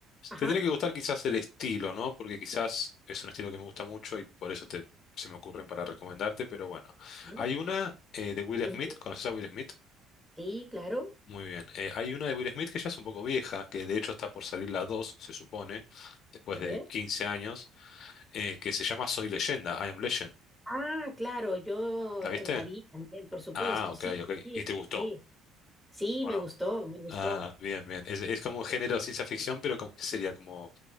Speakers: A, in the centre; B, on the left (about 60°).
A: ajá.
B: Te tiene
A: a
B: que gustar quizás el estilo, ¿no? Porque quizás es un estilo que me gusta mucho y por eso te, se me ocurren para recomendarte, pero bueno.
A: ver,
B: Hay una eh, de Will
A: ujú,
B: Smith, ¿conoces a Will Smith?
A: Sí, claro.
B: Muy bien. Eh, hay una de Will Smith que ya es un poco vieja, que de hecho está por salir la 2, se supone, después
A: A
B: de
A: ver.
B: 15 años, eh, que se llama Soy Leyenda, I Am Legend.
A: Ah, claro, yo
B: ¿La viste?
A: la vi también, por supuesto,
B: Ah, ok,
A: sí,
B: ok.
A: sí,
B: ¿Y te gustó?
A: sí, sí,
B: ¿O
A: me
B: no?
A: gustó, me gustó.
B: Ah, bien, bien. Es, es como un género de ciencia ficción, pero como, ¿qué sería? ¿Como